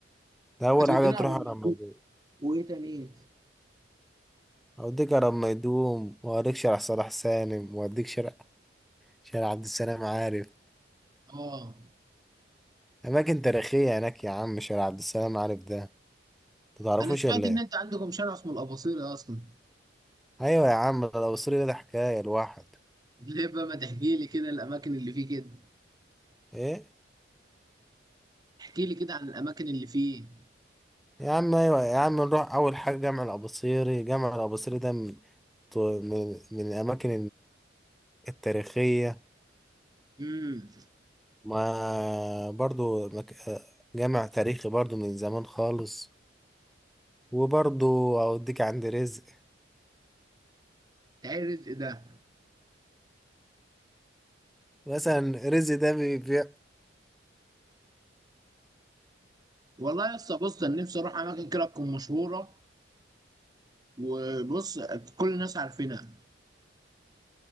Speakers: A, in the centre; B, on the right.
A: ده اول
B: هتوديني
A: حاجه تروح
B: هرم
A: هرم ميدوق
B: وايه تاني إيه؟
A: هوديك هرم ميدوم وهوريك شارع صلاح سالم وهوديك شارع شارع عبد السلام عارف
B: اه
A: اماكن تاريخيه هناك يا عم شارع عبد السلام عارف ده انت تعرفوش
B: انا سمعت
A: ولا
B: ان
A: ايه
B: انت عندكم شارع اسمه الاباصيري اصلا
A: ايوه يا عم لو سوري ده حكايه الواحد
B: <laughs> ليه بقى ما تحكي لي كده الاماكن اللي فيه كده
A: ايه
B: احكي لي كده عن الاماكن اللي فيه
A: يا عم ايوه يا عم نروح اول حاجه جامع الاباصيري جامع الاباصيري ده من من من الاماكن التاريخيه
B: امم
A: ما برضو مك... جامع تاريخي برضو من زمان خالص وبرضو اوديك عند رزق
B: تعرف ده
A: مثلا رزق ده بيبيع
B: والله يا اسطى بص انا نفسي اروح اماكن كده تكون مشهوره وبص كل الناس عارفينها